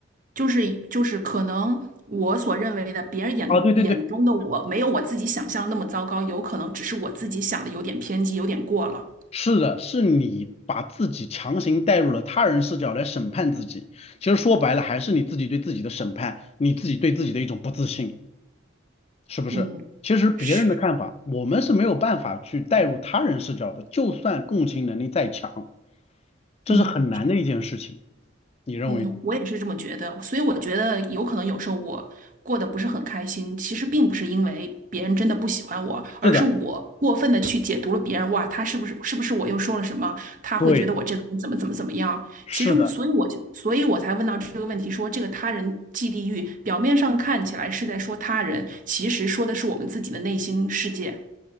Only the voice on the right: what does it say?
就是就是可能我所认为的别人眼眼中的我没有我自己想象的那么糟糕，
有可能只是我自己想的有点偏激，有点过了。
嗯，
是，
嗯。
嗯，我也是这么觉得，所以我觉得有可能有时候我过得不是很开心，其实并不是因为别人真的不喜欢我，而是我过分的去解读了别人，
哇，他是不是是不是我又说了什么，他会觉得我这个人怎么怎么怎么样？
其实我，所以我就，所以我才问到这个问题说，这个他人即地狱，表面上看起来是在说他人，其实说的是我们自己的内心世界。